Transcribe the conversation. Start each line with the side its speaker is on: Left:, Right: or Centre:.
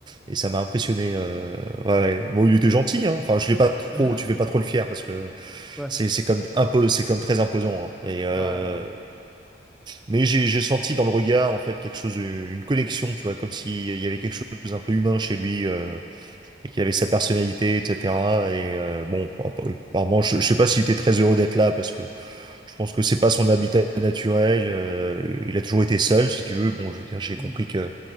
Right: et ça m'a impressionné. euh, ouais, ouais. bon, il était gentil, hein. Enfin, je l'ai pas trop,
Centre: <laughs>
Right: tu fais pas trop le fier parce que
Centre: Ouais,
Right: c'est c'est comme un peu, c'est comme très imposant. hein. Mais
Centre: c'est
Right: euh,
Centre: quand même, ouais.
Right: mais j'ai j'ai senti dans le regard, en fait, quelque chose, euh, une connexion, tu vois, comme s'il y avait quelque chose un peu humain chez lui, euh, et qu'il avait sa personnalité, etc. Et euh, bon, bah, bah, apparemment, je, je sais pas s'il était très heureux d'être là, parce que je pense que c'est pas son habitat naturel. euh, il a toujours été seul, si tu veux. Bon, je veux dire, j'ai
Centre: Mhm.
Right: compris qu'il